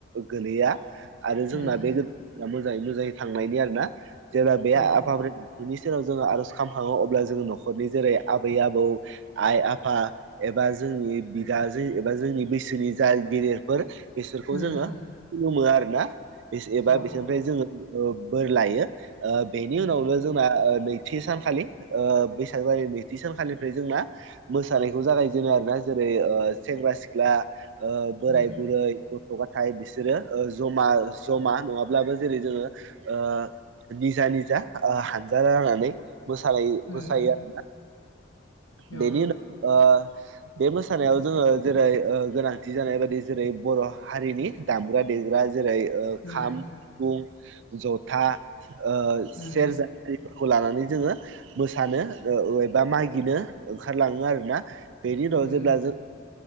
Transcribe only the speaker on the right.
गोलैया आरो जोंना
बे मोजाङै-मोजाङै थांनायनि आरो ना जेब्ला बे
आफा-बोराइ बिनि सेराव जोङो आर'ज खालामखाङो अब्ला जोङो न'खरनि जेरै आबै-आबौ आइ-आफा एबा जोंनि बिदा जों एबा जोंनि बैसोनि जा गेदेरफोर बिसोरखौ
जोङो
खुलुमो आरो ना? बि एबा
बिसोरनिफ्राय जोङो बोर लायो बेनि
उनावनो जों जोंना ओ नैथि सानखालि ओ बैसाग दाननि नैथि सानखालिनिफ्राय जोंना मोसानायखौ जागायजेनो आरो ना जेरै ओ सेंग्रा-सिख्ला, बोराय-बुरै
गथ' गथाय बिसोरो ओ जमा-जमा नङाब्लाबो जेरै जोङो ओ निजा-निजा ओ हानजा रानानै मोसानाय
मोसायो आरो ना?
बेनि उनाव ओ बे मोसानायाव जोङो जेरै ओं गोनांथि जानाय बायदि जेरै बर' हारिनि दामग्रा देग्रा जेरै ओ
खाम, सिफुं, जथा ओ
सेरजा हारिफोरखौ लानानै जोङो मोसानो एबा मागिनो ओंखारलाङो आरो ना? बेनि उनाव
जेब्ला जों